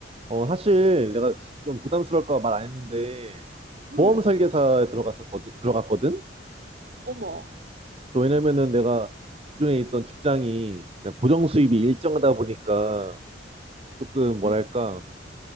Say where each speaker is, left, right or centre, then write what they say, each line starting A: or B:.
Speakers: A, on the right (about 30°); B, on the right (about 50°).
A: 어, 사실 내가 좀 부담스러울까 말 안 했는데
B: 음.
A: 보험 설계사에 들어갔었거든, 들어갔거든?
B: 어머.
A: 그래서 왜냐면은 내가 기존에 있던 직장이 그냥 고정 수입이
B: 음.
A: 일정하다 보니까 조금 뭐랄까
B: 음.